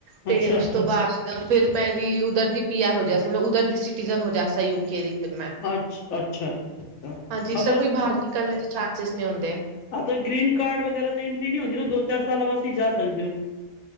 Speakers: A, on the right (about 85°); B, on the left (about 65°).
A: ਤੇ
B: ਅੱਛਾ
A: ਉਸ ਤੋਂ ਬਾਅਦ ਤੇ ਫਿਰ ਮੇਰੀ ਉਧਰ ਦੀ ਪੀ ਆਰ ਹੋ ਜਾ ਸੀ ਮਤਲਬ ਉਧਰ ਦੀ ਸਿਟੀਜਨ ਹੋ ਜਾ ਯੂਕੇ ਦੀ ਫਿਰ ਮੈਂ
B: ਅੱਛ ਅੱਛਾ ਅੱਛਾ
A: ਹਾਂਜੀ ਇਸਦਾ
B: ਅਬ
A: ਕੋਈ ਬਰ ਕਰਨ ਦੇ ਚਾਂਸਿਸ ਨਹੀਂ ਹੁੰਦੇ
B: ਹਾਂ ਤਾਂ ਗ੍ਰਰੀਨ ਕਾਰਡ ਵਗੈਰਾ ਤਾਂ ਐਂਟਰੀ ਨਹੀਂ ਹੁੰਦੀ ਨਾ ਦੋ ਚਾਰ ਸਾਲ ਬਾ ਅਸੀਂ ਜਾ ਸਕਦੇ ਹੋ